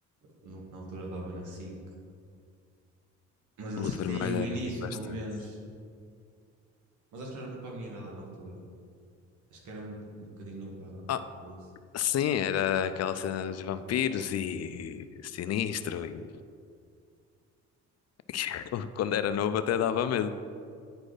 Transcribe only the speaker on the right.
Nunca na altura dava na SIC. Mas assisti
o início,
pelo menos. Mas acho que não era muito para a minha idade na altura. Acho que era um, um bocadinho novo para,
para isso.